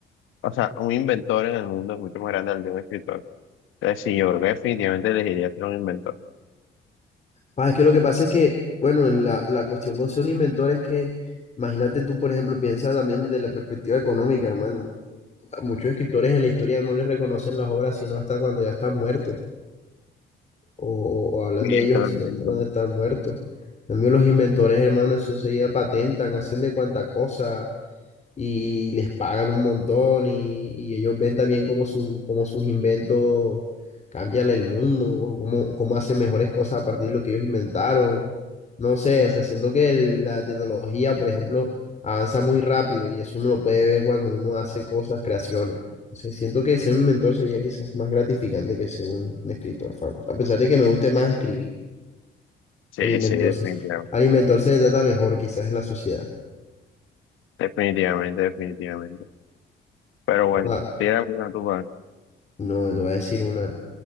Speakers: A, on the left (about 85°); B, on the left (about 35°).
A: o sea, un inventor en el mundo es mucho más grande al de un escritor. Entonces sí, yo creo que definitivamente elegiría ser un inventor.
B: Ah, es que lo que pasa es que, bueno, la, la cuestión con ser un inventor es que, imagínate tú, por ejemplo, piensa también desde la perspectiva económica, hermano. A Muchos escritores en la historia no les reconocen las obras sino hasta cuando ya están muertos, o, o hablan
A: Sí,
B: de ellos
A: totalmente.
B: sino hasta cuando están muertos. En cambio, los inventores, hermano, eso enseguida patentan, hacen de cuanta cosa y les pagan un montón y, y ellos ven también cómo, su- cómo sus inventos cambian el mundo, o cómo, cómo hacen mejores cosas a partir de lo que ellos inventaron. No sé, o sea, siento que el- la tecnología, por ejemplo, avanza muy rápido y eso uno lo puede ver cuando uno hace cosas, creaciones. Entonces, siento que ser un mentor sería quizás más gratificante que ser un, un escritor famoso, a pesar de que me guste más escribir,
A: Sí,
B: el inventor
A: sí, definitivamente.
B: se, al inventor se le trata mejor quizás en la sociedad.
A: Definitivamente, definitivamente. Pero bueno,
B: Ahora,
A: si era una tuba,
B: no, te voy a decir una.